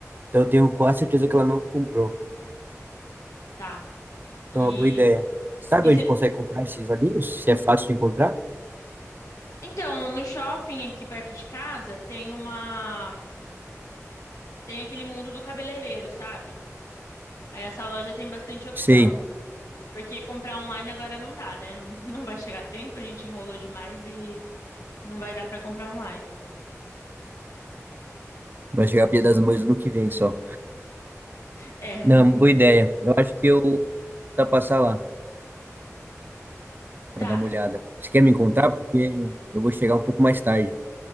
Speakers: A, on the right; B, on the left.
A: Então eu tenho quase certeza que ela não comprou.
B: Tá.
A: Então
B: E,
A: é uma boa ideia. Sabe
B: e se-
A: onde consegue comprar esses olhinhos? Se é fácil de encontrar?
B: Então, no shopping aqui perto de casa tem uma. Tem aquele mundo do cabeleireiro, sabe? Aí essa loja tem bastante opção.
A: Sei,
B: Porque comprar online agora não dá, né? Não, <laughs> não vai chegar tempo, a gente enrolou demais e não vai dar pra comprar online.
A: vai chegar a Dia das Mães no ano que vem só.
B: É, não.
A: Não, boa ideia. Eu acho que eu vou tentar passar lá. para
B: Tá.
A: dar uma olhada. Você quer me encontrar? Porque eu vou chegar um pouco mais tarde.